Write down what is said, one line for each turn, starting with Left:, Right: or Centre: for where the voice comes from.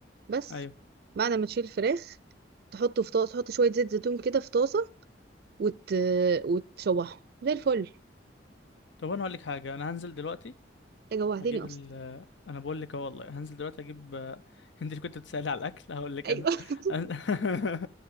Right: بس
Left: ايوه
Right: بعد ما تشيل الفراخ تحطه في طاسه تحط شويه زيت زيتون كده في طاسه وت... وتشوحه زي الفل
Left: طب انا هقول لك حاجة انا هنزل دلوقتي
Right: يا جوعتني
Left: هجيب
Right: اصلا
Left: ال انا بقول لك اهو والله هنزل دلوقتي اجيب <laughs> انت اللي كنت بتسألي على الاكل هقول لك
Right: ايوه
Left: انا
Right: <laughs>
Left: <laughs>